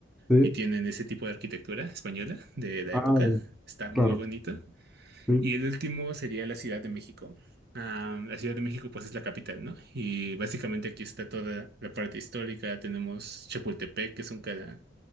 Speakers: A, in the centre; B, on the right.
A: sí.
B: y tienen ese tipo de arquitectura española de la
A: Ah,
B: época,
A: ya,
B: está muy
A: claro,
B: bonito.
A: sí.
B: Y el último sería la Ciudad de México. Ah, la Ciudad de México, pues es la capital, ¿no? Y básicamente aquí está toda la parte histórica. Tenemos Chapultepec, que es un, ca-